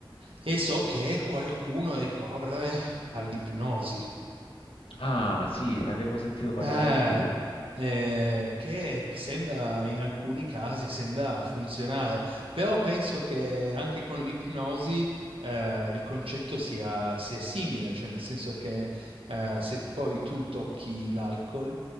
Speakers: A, on the right; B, on the left.
A: e so che qualcuno ricorre all'ipnosi.
B: Ah, sì, l'avevo sentito parlare
A: Eh,
B: anche io.
A: eh, che sembra in alcuni casi sembra funzionare, però penso che anche con l'ipnosi eh, il concetto sia, sia simile, cioè nel senso che eh, se poi tu tocchi l'alcol,